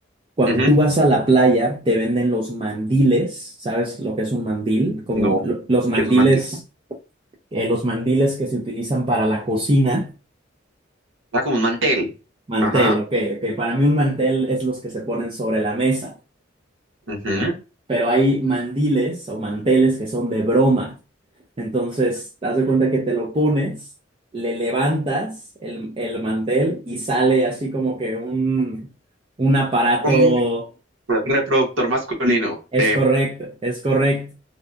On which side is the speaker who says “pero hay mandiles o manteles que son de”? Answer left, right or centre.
Right